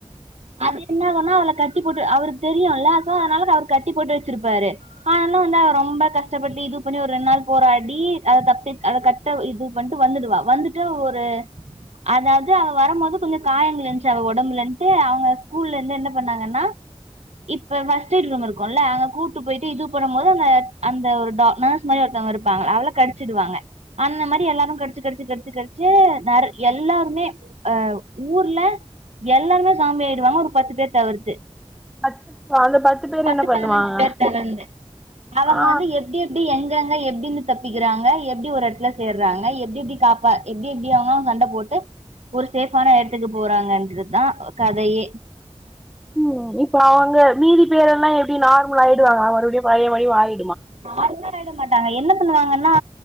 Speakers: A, on the right; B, in the centre.
A: அது என்னாகுனா அவள கட்டி போட்டு அவருக் தெரியுல்ல அதா அதனால அவரு கட்டி போட்டு வச்சிருப்பாரு ஆனாலு வந்து அவ ரொம்ப கஷ்டப்பட்டு இது பண்ணி ஒரு ரெண் நாள் போராடி அத தப்பி அத கட்ட இது பண்ட்டு வந்துடுவா வந்துட்டு ஒரு அதாவ்து அவ வரும்போது கொஞ்சொ காயங்கள் இருந்ச்சு அவ ஒடம்புலன்ட்டு அவ் வ ஸ்கூல்லந்து என்ன பண்ணாங்கன்னா இப்ப ஃபர்ஸ்டெய்டு ரூம் இருக்குல்ல அங்க கூட்டு பொயிட்டு இது பண்ணும் போது அந்த அந்த டா நார்ஸ் மாரி ஒருத்தங்க இருப்பாங்கள அவள கடிச்சிடுவாங்க அந்த மாரி எல்லாரு கடிச்சி கடிச்சி கடுச் ச்சி கடிச்சீ நெர் எல்லாருமே அ ஊர்ல எல்லார்மே சாம்பியாய் டுவாங்க ஒரு பத்து பேர் தவிர்த்து
B: அச்சச்சோ அந்த பேர்
A: பத்து
B: என்ன பண்ணுவாங்க
A: பதினஞ்சு பேர் தெலந்து அவங்க
B: ஆ
A: வந்து எப்டி எப் ப்டி எங்கங்க எப்டின்னு தப்பிக்கிறாங்க எப்டி ஒரு எடத்ல சேர்றாங்க எப்டி எப்டி காப்பா எப்டி எப்டி அவங்களா சண்ட போட்டு ஒரு சேஃப்பான எடத்துக்கு போறாங்கன்றதா கதையே
B: உம் இப்பொ அவங்க மீதி பேரெல்லாம் எப்டி நார்மல் ஆயிடுவாங்ளா மறுபடியு பழைய மயி வாயி
A: மார்ன்னா ஆய்ட மாட்டாங்க என்ன பண்ணுவாங்கன்னா